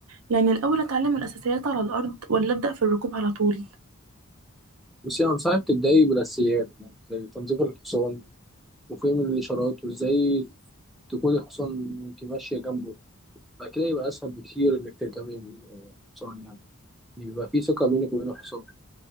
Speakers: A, on the right; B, in the centre.
A: يعني الاول اتعلم الاساسيات على الارض ولا ابدا في الركوب على طول
B: بس يعني أنصحك تبدأي بالأساسيات يعني زي تنظيف الحصان وفهم الإشارات وإزاي تكون الحصان وأنت ماشية جنبه بعد كده يبقى أسهل بكتير إنك تركبي الحصان يعني يعني بيبقى فيه ثقة بينك وبين الحصان